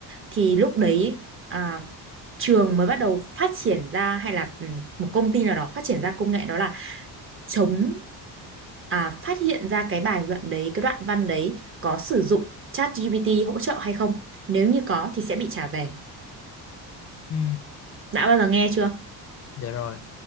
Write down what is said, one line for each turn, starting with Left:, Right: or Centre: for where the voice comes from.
Right: thì lúc đấy à, trường mới bắt đầu phát triển ra hay là ừ, một công ty nào đó phát triển ra công nghệ đó là chống à, phát hiện ra cái bài luận đấy cái đoạn văn đấy có sử dụng ChatGPT hỗ trợ hay không nếu như có thì sẽ bị trả về
Left: ừ
Right: đã bao giờ nghe chưa
Left: dạ rồi